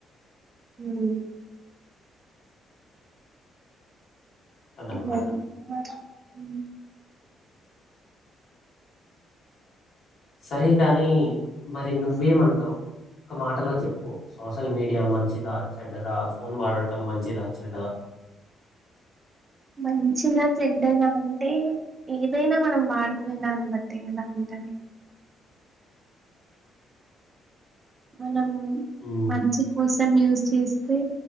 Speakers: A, on the right; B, on the left.
A: హ్మ్
B: అదనమాట.
A: ఇంగ <unintelligible> మ్మ్
B: సరే కాని మరి నువ్వేమంటావ్, ఒక్క మాటలో చెప్పు సోషల్ మీడియా మంచిదా చెడ్డదా, ఫోన్ వాడటం మంచిదా చెడ్డదా.
A: మంచినా చెడ్డదా అంటే ఏదైనా మనం వాడుకునే దాన్నిబట్టి ఇంగెలా ఉంటది. మ నం
B: ఉమ్,
A: మంచి కోసం యూజ్ చేస్ తే